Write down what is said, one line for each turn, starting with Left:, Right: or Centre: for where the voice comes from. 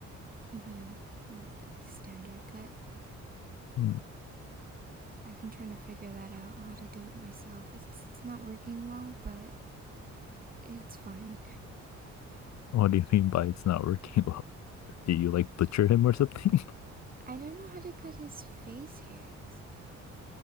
Right: Mhm. Like the standard cut.
Left: Hmm.
Right: I've been trying to figure that out, how to do it myself. It's, it's not working well, but it's fine.
Left: What do you mean by it's not working <laughs> well? Do you like butcher him or something? <laughs>
Right: I don't know how to cut his face hairs.